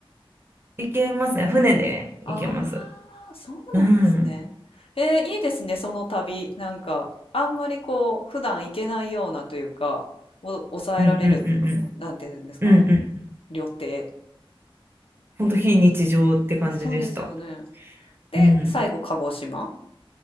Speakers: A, on the right; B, on the left.
A: 行けますね。船で行けます。
B: ああー、そうなんですね。
A: うん。
B: えー、いいですね、その旅。なんか、あんまりこう、普段行けないようなというか、を抑えられる、
A: うんうんうんうん。
B: なんていうんですか
A: うんうん。
B: 旅程。
A: ほんと非日常って感じでした。
B: そうですよね。で、
A: うん。
B: 最後、鹿児島。